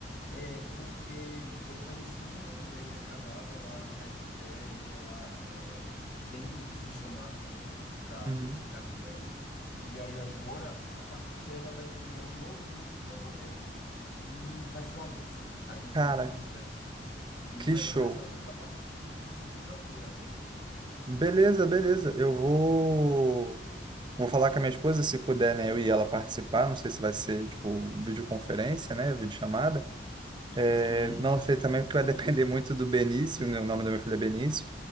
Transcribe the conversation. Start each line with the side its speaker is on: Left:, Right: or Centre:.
Left: É, porque eu conheci uma mulher que é casada lá em Caetité e ela é, tem esse chamado também para
Right: Uhum.
Left: aconselhar mulheres. E aí agora, a partir dela, vai criar um novo grupo como o meu e vai ser uma benção. A gente
Right: Cara,
Left: está com muita expectativa. E
Right: que
Left: vai
Right: show.
Left: começar tudo a partir de segunda-feira agora.
Right: Beleza, beleza. Eu vou. Vou falar com a minha esposa, se puder, né? Eu e ela participar. Não sei se vai ser, tipo, videoconferência, né? Videochamada. É,
Left: Sim,
Right: não sei também, porque vai depender muito do Benício, né? O nome da minha filha é Benício.